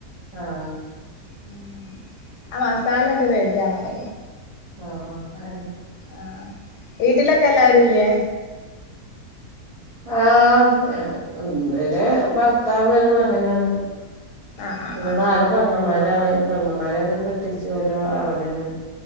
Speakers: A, on the right; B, on the left.
A: ആഹ്
B: ഉം ആഹ് മസാലങ്‌ട്ട് റെടിയാവണ്യ
A: ആഹ് അണ്
B: ആഹ് വീട്ടിലൊക്കെ എല്ലാരും ഇല്ലേ
A: ആഹ് ഇവിടെ ഭർത്താവ് ഒര് മകനാണ്
B: ആ ആ
A: പിന്നെ
B: ആ
A: നാല് പെങ്ങന്മാരാണ് പൊങ്ങന്മാരൊക്കെ കെട്ടിച്ചു ഓല് അവിടെണ്